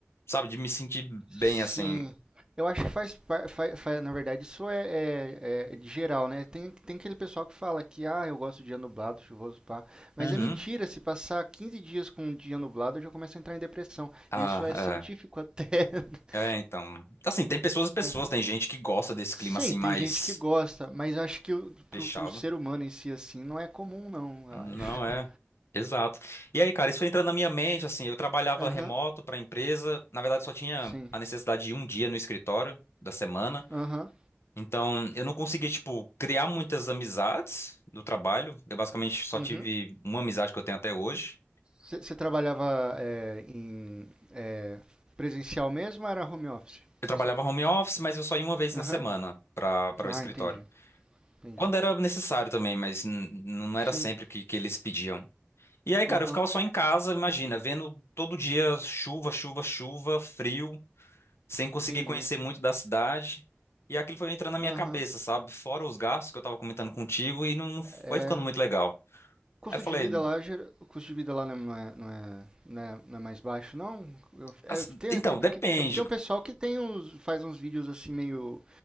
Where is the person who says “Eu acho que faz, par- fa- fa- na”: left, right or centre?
Right